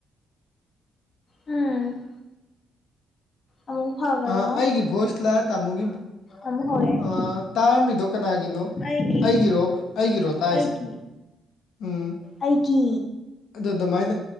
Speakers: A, on the left; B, on the left.
A: ꯎꯝ ꯑꯃꯨꯛ ꯐꯈ꯭ꯔꯦꯉꯣ
B: ꯑ ꯑꯩꯒꯤ ꯚꯣꯏꯁꯂ ꯇꯥꯃꯣꯒꯤ
A: ꯑꯃꯨꯛ ꯍꯧꯔꯛꯑꯦ
B: ꯑ ꯇꯥꯔꯝꯃꯤꯗꯣ ꯀꯅꯥꯒꯤꯅꯣ
A: ꯑꯩꯒꯤ
B: ꯑꯩꯒꯤꯔꯣ ꯑꯩꯒꯤꯔꯣ ꯇꯥꯏꯁꯦ
A: ꯑꯩꯒꯤ
B: ꯎꯝ
A: ꯑꯩꯒꯤ
B: ꯑꯗꯨ ꯑꯗꯨꯃꯥꯏꯅ